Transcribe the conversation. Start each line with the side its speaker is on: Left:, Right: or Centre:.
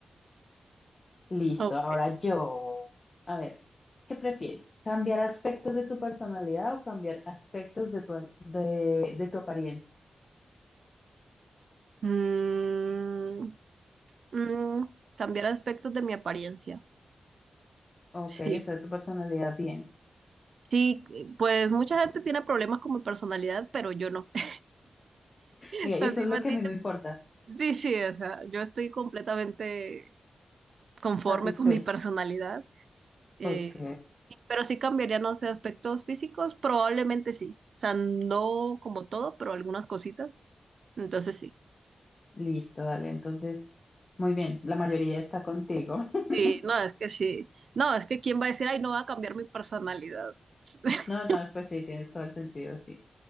Left: Listo,
Right: Ok.
Left: ahora yo. A ver, ¿qué prefieres? ¿Cambiar aspectos de tu personalidad o cambiar aspectos de tu, de, de tu apariencia?
Right: Mm, mm, cambiar aspectos de mi apariencia.
Left: Ok,
Right: Sí,
Left: o sea, tu personalidad bien.
Right: sí, pues mucha gente tiene problemas con mi personalidad, pero yo no. <laughs>
Left: Mira,
Right: O sea,
Left: y eso
Right: sí
Left: es
Right: me
Left: lo
Right: han
Left: que
Right: dicho
Left: a mí me importa.
Right: Sí, sí, o sea, yo estoy completamente conforme
Left: Satisfecho.
Right: con mi personalidad, eh,
Left: Ok.
Right: pero sí cambiaría, no sé, aspectos físicos, probablemente sí, o sea, no como todo, pero algunas cositas, entonces sí,
Left: Listo, dale. Entonces, muy bien, la mayoría está contigo. <laughs>
Right: sí, no, es que sí, no, es que quién va a decir, ay, no va a cambiar mi personalidad. <laughs>
Left: No, no, pues sí, tienes todo el sentido, sí.